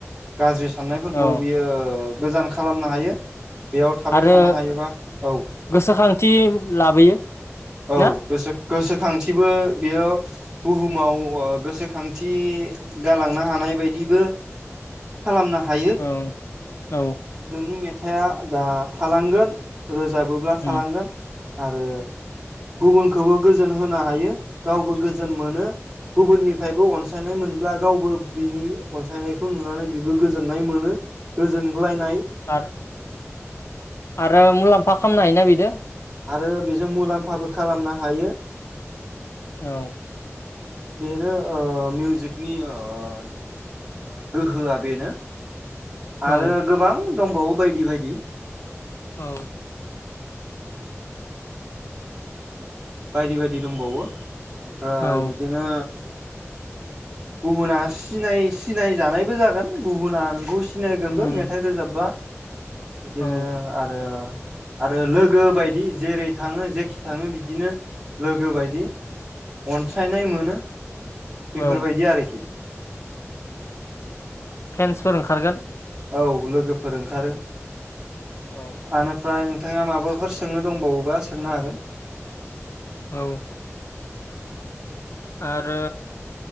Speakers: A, on the right; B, on the left.
A: गाज्रि साननायफोरखौबो
B: औ
A: बेयो गोजान खालामनो हायो। बेयाव थाबाय
B: आरो
A: थानो हायोबा औ
B: गोसोखांथि लाबोयो
A: औ
B: ना
A: गोसो गोसोखांथिबो बियो बुहुमाव ओ गोसोखांथि गालांनो हाना नाय बायदिबो खालामनो हायो
B: औ औ
A: नोंनि मेथाइआ दा थालांगोन रोजाबोब्ला थालांगोन
B: उम
A: आरो गुबुनखौबो गोजोन होनो हायो गावबो गोजोन मोनो गुबुननिफ्रायबो अनसा सायनाय मोनब्ला गावबो बिनि अनसायनायखौ नुनानै बिबो गोजोननाय मोनो गोजोनग्लाय नाय
B: आरो आरो मुलाम्फा खामनो हायोना बिदो?
A: आरो बेजों मुलाम्फाबो खालामनो हायो।
B: औ
A: बेनो ओ मिउजिकनि ओ गोहोआ बेनो आरो
B: औ
A: गोबां दंबावो बायदि बायदि।
B: औ
A: बायदि बायदि दंबावो ओमफ्राय
B: औ
A: बिदिनो गुबुना सिनाय सिनाय जानायबो जागोन गुबुना नोंखौ सिनायगोनबो
B: उम
A: मेथाइ रोजाबबा। बिदिनो
B: औ
A: आरो आरो लोगो बायदि जेरै थाङो जेखि थाङो बिदिनो लोगो बायदि अनसायनाय मोनो। बेफोरबायदि
B: औ
A: आरोखि।
B: फ्रेन्सफोर ओंखारगोन?
A: औ लोगोफोर ओंखारो
B: औ
A: आनिफ्राय उम नोंथाङा माबाफोर सोंनो दंबावोबा सोंनो हागोन।
B: औ आरो